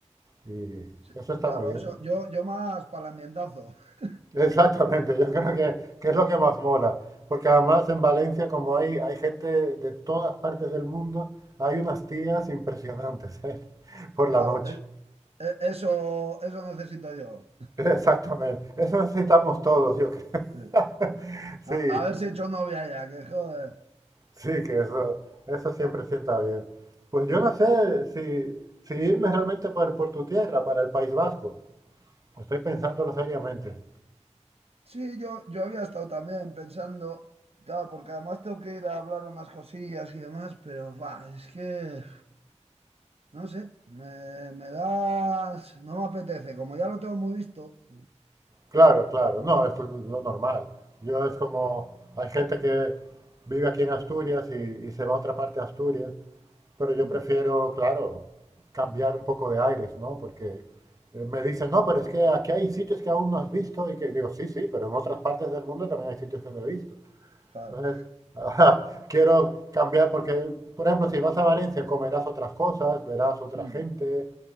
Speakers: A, on the right; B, on the right.
A: y
B: Sí,
A: eso está
B: claro,
A: muy bien.
B: eso, yo, yo más para el ambientazo. <laughs>
A: Exactamente, yo creo que, que es lo que más mola, porque además en Valencia, como hay, hay gente de todas partes del mundo, hay unas tías impresionantes, ¿eh? por
B: Claro,
A: la noche.
B: es, E- Eso, eso necesito yo.
A: Exactamente, eso necesitamos todos, yo creo. <laughs>
B: Sí.
A: Sí,
B: A, a ver si he hecho novia ya, que joder.
A: sí, que eso, eso siempre sienta bien. Pues yo
B: Mm.
A: no sé si, si irme realmente por, por tu tierra, para el País Vasco. Estoy pensándolo seriamente,
B: Sí, yo, yo había estado también pensando, claro, porque además tengo que ir a hablar unas cosillas y demás, pero va, es que, no sé, me, me das, no me apetece, como ya lo tengo muy visto.
A: Claro, claro, no, esto es lo normal. Yo es como, hay gente que vive aquí en Asturias y, y se va a otra parte de Asturias, pero yo
B: Mm,
A: prefiero, claro, cambiar un poco de aires, ¿no? Porque eh, me dicen, no, pero es que aquí hay sitios que aún no has visto y que digo, sí, sí, pero en otras partes del mundo también hay sitios que no he visto.
B: Claro.
A: Entonces, <laughs> ajá, quiero cambiar porque, por ejemplo, si vas a Valencia, comerás otras cosas, verás otra
B: Mm.
A: gente,